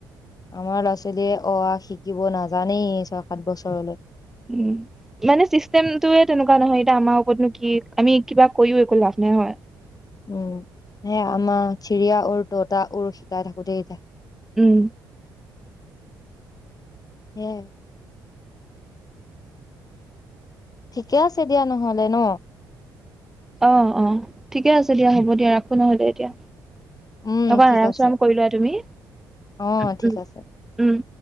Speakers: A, on the left; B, in the centre.
A: আমাৰ ল'ৰা ছোৱালীয়ে অ আ শিকিব নাজানেই ছয় সাত বছৰলৈ।
B: উম, মানে চিষ্টেমটোয়ে তেনেকুৱা নহয় এতিয়া আমাৰ ওপৰতনো কি আমি কিবা কৰিও একো লাভ নাই হয়।
A: উম, সে আমাৰ চিৰিয়া উৰ ততা উৰ শিকাই থাকোতে যাই।
B: উম।
A: হে ঠিকে আছে দিয়া নহ'লে ন'?
B: অ', অ', ঠিকে আছে দিয়া, হ'ব দিয়া, ৰাখো নহ'লে এতিয়া।
A: উম
B: অকণ
A: ঠিক
B: আৰাম
A: আছে
B: চৰাম কৰি লোৱা তুমি,
A: অ
B: উম,
A: ঠিক আছে
B: উম।